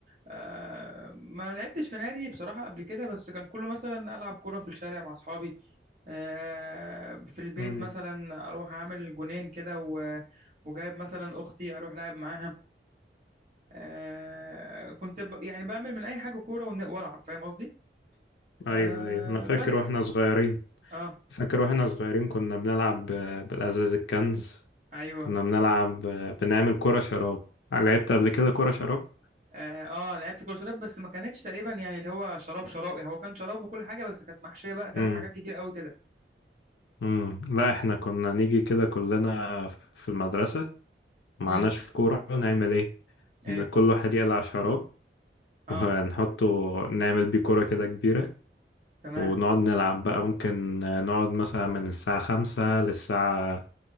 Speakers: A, on the right; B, on the left.
A: آه، ما لعبتش في نادي بصراحه قبل كده بس كان كله مثلا العب كوره في الشارع مع اصحابي آه، في البيت
B: امم
A: مثلا اروح اعمل جونين كده و- وجايب مثلا اختي اروح لعب معاها آه، كنت ب- يعني بعمل من اي حاجه كوره ون- والعب فاهم قصدي
B: ايوه
A: آه،
B: ايوه انا فاكر
A: بس
B: واحنا صغيرين
A: اه
B: فاكر واحنا صغيرين كنا بنلعب آه، بالازاز الكنز
A: ايوه
B: كنا بنلعب آه، بنعمل كرة شراب لعبت قبل كده كرة شراب
A: اه آه، لعبت كره شراب بس ما كانتش تقريبا يعني اللي هو شراب شراب يعني هو كان شراب وكل حاجه بس كانت محشيه بقى كذا
B: امم
A: حاجات كتير قوي كده
B: امم لا احنا كنا نيجي كده كلنا في المدرسة معناش
A: امم
B: كورة نعمل ايه
A: ايه
B: إن كل واحد يقلع شراب
A: اه
B: ونحطه نعمل بيه كرة كده كبيرة
A: تمام
B: ونقعد نلعب بقى ممكن نقعد مثلا من الساعة خمسة للساعة